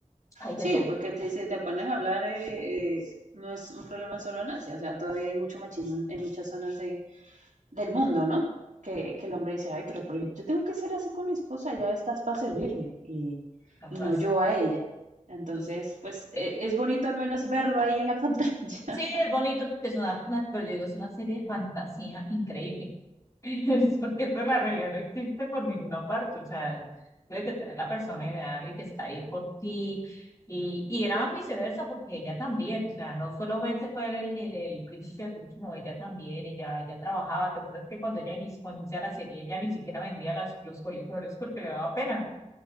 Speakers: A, on the left; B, on the right.
A: hay de
B: Sí,
A: todo.
B: porque te- si te pones a hablar, eh, eh, no es un problema solo en Asia, o sea, todavía hay mucho machismo en, en muchas zonas de, del mundo, ¿no? Que, que el hombre dice, ay, pero, pero yo tengo que ser así con mi esposa, ya estás para servirme y,
A: Ahora,
B: y no yo a ella. Entonces,
A: Entonces,
B: pues e-
A: eh,
B: es bonito al menos verlo ahí en la <laughs> pantalla.
A: sí, es bonito porque es una, una- pero yo digo, es una serie de fantasía increíble. <laughs> Es porque esto, la realidad no existe por ninguna parte. O sea, tienes que tener la persona ideal y que está ahí por ti. Y, y era viceversa porque ella también, o sea, no solo solamente fue el, el, el príncipe azul, sino ella también, ella, ella trabajaba. ¿Te acuerdas que cuando ella inició, cuando inicia la serie, ella ni siquiera vendía las, los coliflores porque le daba pena?